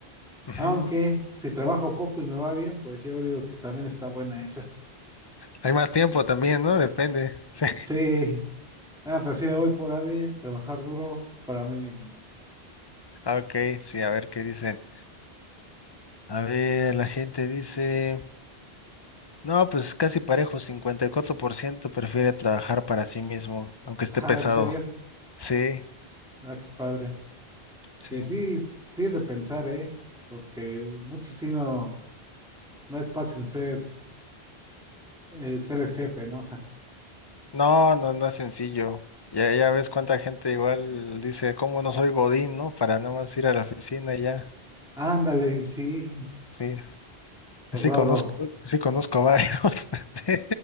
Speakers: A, on the left (about 30°); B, in the centre.
A: Ujú.
B: Aunque si trabajo poco y me va bien, pues yo digo que también está buena esa. <laughs>
A: Hay más tiempo también, ¿no? Depende. <laughs> Sí.
B: Sí, ah, pero sí me voy por AD, trabajar duro para mí mismo.
A: Ok, sí, a ver qué dicen. A ver, la gente dice, no, pues casi parejo, 54% prefiere trabajar para sí mismo, aunque esté
B: Ajá,
A: pesado.
B: ¿en serio?
A: Sí,
B: Ah, qué padre.
A: sí.
B: Y sí, sí es de pensar, ¿eh? Porque muchos sí no, no es fácil ser, eh, ser el jefe, ¿no? ja
A: No, no, no es sencillo. Ya, ya ves cuánta gente igual dice, ¿cómo no soy Godín, no? Para nada más ir a la oficina y ya.
B: Ándale, y sí,
A: Sí,
B: pues
A: sí
B: va,
A: conozco,
B: bro.
A: sí conozco varios. <laughs> Sí.